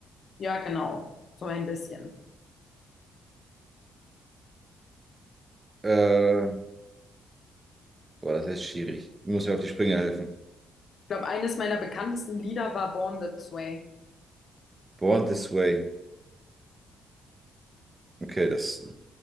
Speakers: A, on the left; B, on the right.
A: Ja, genau. So ein bisschen.
B: Äh, boah, das ist schwierig. Du musst mir auf die Sprünge helfen.
A: Ich glaube, eines meiner bekanntesten Lieder war Born This Way.
B: Born This Way. Okay, das.